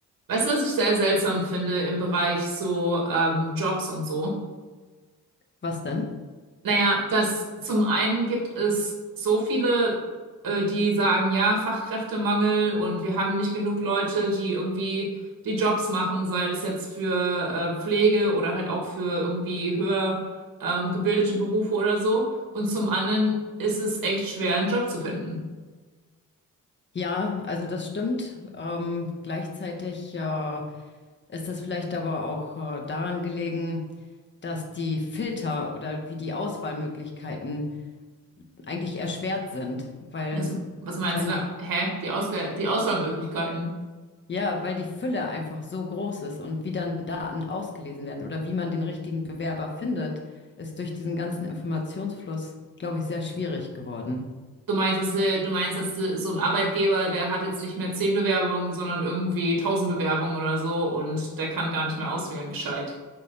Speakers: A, on the right; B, on the left.
A: Weißt du, was ich sehr seltsam finde im Bereich so ähm, Jobs und so?
B: Was denn?
A: Naja, dass zum einen gibt es so viele, äh, die sagen, ja, Fachkräftemangel und wir haben nicht genug Leute, die irgendwie die Jobs machen, sei das jetzt für äh, Pflege oder halt auch für irgendwie höher ähm, gebildete Berufe oder so. Und zum anderen ist es echt schwer, einen Job zu finden.
B: Ja, also das stimmt. Ähm, gleichzeitig äh, ist das vielleicht aber auch äh, daran gelegen, dass die Filter oder wie die Auswahlmöglichkeiten eigentlich erschwert sind, weil
A: Das,
B: es
A: was meinst
B: seine,
A: du da? Hä? Die Auswahl, die Auswahlmöglichkeiten.
B: ja, weil die Fülle einfach so groß ist und wie dann Daten ausgelesen werden oder wie man den richtigen Bewerber findet, ist durch diesen ganzen Informationsfluss, glaube ich, sehr schwierig geworden.
A: Du meinst, dass, äh, du meinst, dass äh, so ein Arbeitgeber, der hat jetzt nicht mehr zehn Bewerbungen, sondern irgendwie tausend Bewerbungen oder so und der kann gar nicht mehr auswählen, gescheit.